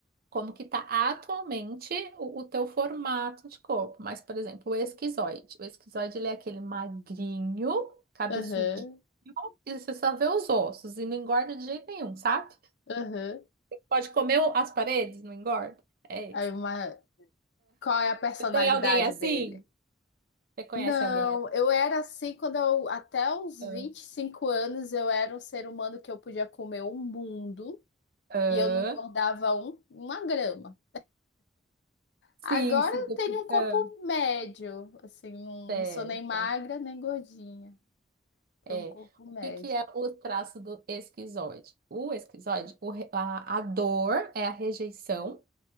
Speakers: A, on the right (about 55°); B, on the left (about 80°).
A: como que está atualmente o, o teu formato de corpo, mas, por exemplo, o esquizoide. O esquizoide, ele é aquele magrinho, cabeçudinho,
B: Aham,
A: que você só vê os ossos e não engorda de jeito nenhum, sabe?
B: aham.
A: Pode comer as paredes, não engorda. É
B: Aí
A: isso.
B: uma... Qual é a personalidade
A: Você tem alguém assim?
B: dele?
A: Você conhece
B: Não,
A: alguém assim?
B: eu era assim quando eu, até os
A: Ah,
B: 25 anos, eu era um ser humano que eu podia comer um mundo
A: ah.
B: e eu não engordava um, uma grama.
A: sim,
B: Agora
A: sim.
B: eu
A: depois-
B: tenho um corpo
A: ah,
B: médio, assim, não,
A: Certo.
B: não sou nem magra nem gordinha. Tenho
A: É.
B: um corpo médio.
A: O que que é o traço do esquizoide? O esquizoide, o re- a, a dor é a rejeição